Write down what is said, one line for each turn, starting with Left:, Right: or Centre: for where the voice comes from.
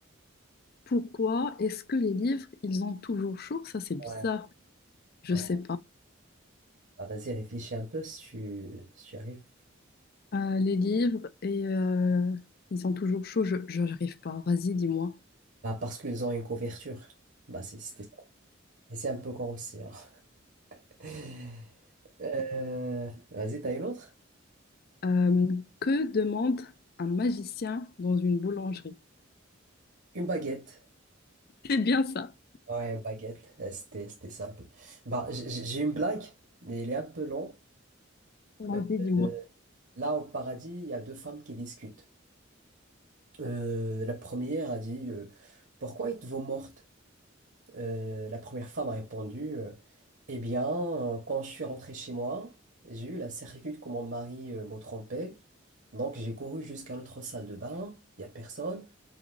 Left: Pourquoi est-ce que les livres, ils ont toujours chaud? Ça, c'est bizarre.
Right: Ouais.
Left: Je
Right: Ouais.
Left: sais pas.
Right: Bah, vas-y, réfléchis un peu si tu, si tu arrives.
Left: Euh, les livres, et euh, ils sont toujours chauds, je je n'arrive pas. Vas-y, dis-moi.
Right: Bah, parce qu'ils ont une couverture. Bah, c'est, c'était- ça. et c'est un peu con aussi. hein. <laughs> Euh, vas-y, t'as une autre?
Left: Euh, que demande un magicien dans une boulangerie?
Right: Une baguette.
Left: C'est bien ça.
Right: Ouais, baguette. Euh, C'était, c'était simple. Bah, j- j- j'ai une blague, mais elle est un peu longue.
Left: Vas-y,
Right: Euh,
Left: dis-moi.
Right: euh, là, au paradis, il y a deux femmes qui discutent. Euh, la première a dit euh, Pourquoi êtes-vous morte? Euh, la première femme a répondu euh, Eh bien, euh, quand je suis rentrée chez moi, j'ai eu la certitude que mon mari euh, me trompait. Donc, j'ai couru jusqu'à notre salle de bain. Il n'y a personne.